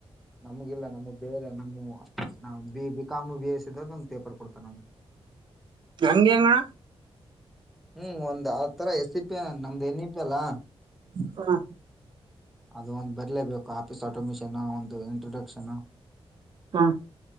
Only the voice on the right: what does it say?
ಹೆಂಗೆ ಅಣ್ಣ
ಹಾ
ಹಾ